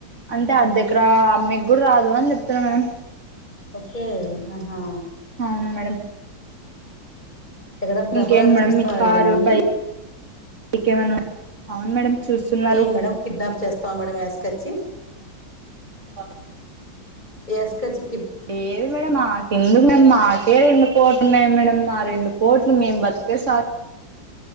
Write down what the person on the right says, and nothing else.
అంటే అర్ధ ఎకరా అమ్మే కూడా రాదు అని చెప్తున్నా మేడం
అవును మేడం
ఇంకేంటి మేడం
మీ కారు
బైక్ ఏమన్నా అవును మేడం చూస్తున్నారు
ఆ
లేదు మేడం మాకెందుకు మేము మాకే రెండు కోట్లున్నాయి మేడం మా రెండు కోట్లు మేము బతికితె సా